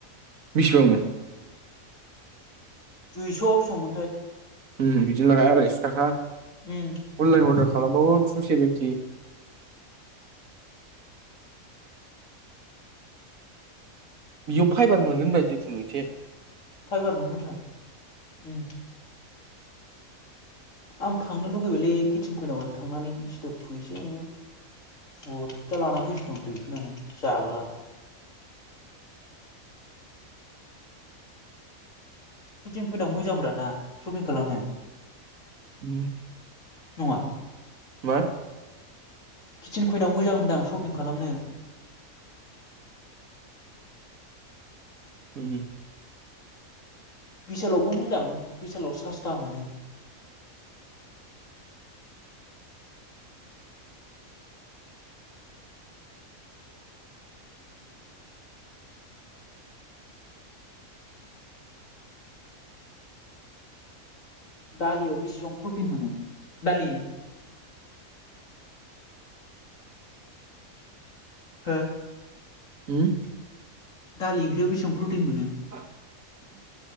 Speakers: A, on the right (about 75°); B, on the left (about 65°).
A: बेसेबांमोन
B: दुइस' बेसेबांमोनथाय
A: उम बिदिनो आरायस' थाखा।
B: उम।
A: अनलाइन अर्डार खालामबाबो थु सेभेेनटि। बेयाव फाइबार मोनगोन बा जिखुनु मोनसे।
B: फाइबार मोनगोन थां उम। आं थांनो लुुगैबायलै किटचन खुयनाव थांनानै <unintelligible> फैसा बुरजा लानानै फैसिगौ आं दैखोनानै जाग्रा। किटिन कुइनाव मोजां ब्रा ना सपिं खालामनो।
A: उम।
B: नङा।
A: मा
B: किचेन कुइनाव मोजां होनदां सपिं खालामनो।
A: उम।
B: भिसालावबो मोजां बिसालाव सासथा मोनो। दालियाव बेसिबां प्रटिन मोनो दालि हो
A: उम।
B: दालि ओंख्रियाव बेसेबां प्रटिन मोनो।
A: <inaudible>